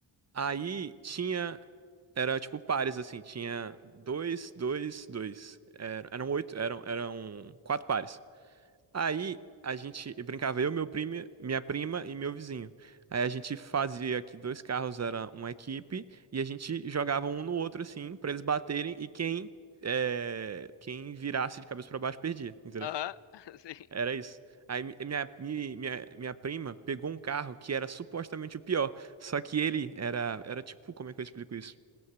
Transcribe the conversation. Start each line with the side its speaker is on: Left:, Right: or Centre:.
Right: Aí tinha. Era tipo pares, assim, tinha dois, dois, dois. Era- eram oito, eram, eram quatro pares. Aí a gente brincava eu, meu primo, minha prima e meu vizinho. Aí a gente fazia que dois carros era uma equipe e a gente jogava um no outro assim pra eles baterem e quem eh, quem virasse de cabeça pra baixo perdia, entendeu?
Left: Aham, <laughs> sim.
Right: Era isso. Aí mi- minha, mi- minha, minha prima pegou um carro que era supostamente o pior, só que ele era era tipo, como é que eu explico isso?